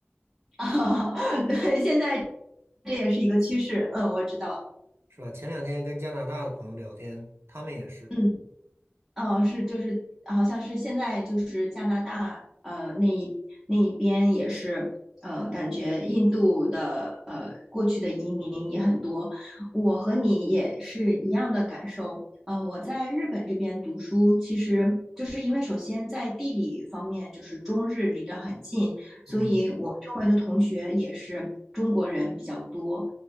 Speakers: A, in the centre; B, on the right.
A: <laughs> 啊，对，现在这也是一个趋势，嗯，我知道，
B: 是吧？前两天跟加拿大的朋友聊天，他们也是，
A: 嗯。嗯，是就是好像是现在就是加拿大呃那一那一边也是呃感觉印度的呃过去的移民也很多，我和你也是一样的感受。呃，我在日本这边读书，其实就是因为首先在地理方面就是中日离得很近，
B: 嗯，
A: 所以我周围的同学也是中国人比较多，